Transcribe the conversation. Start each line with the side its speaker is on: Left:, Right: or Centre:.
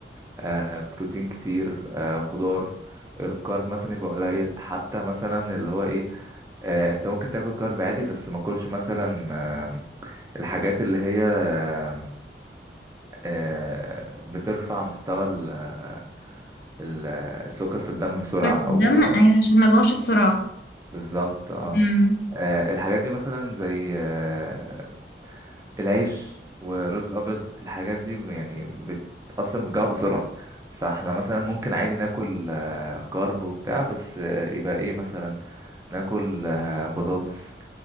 Right: آه بروتين كتير آه خضار الكارب مثلا يبقى قليل حتى مثلا اللي هو ايه آه انت ممكن تاكل كارب عادي بس ما اكلش مثلا آه الحاجات اللي هي آه آه بترفع مستوى ال- آه، ال- آه، السكر في الدم بسرعه
Left: برضه
Right: او
Left: الدم أيوة، عشان ما اجوعش بسرعه
Right: بالظبط اه
Left: امم
Right: آه، الحاجات دي مثلا زي آه، العيش والرز الابيض الحاجات دي يعني بت... اصلا بتجوع بسرعه فاحنا مثلا ممكن عادي ناكل آه، كارب وبتاع بس آه، يبقى ايه مثلا ناكل آه، بطاطس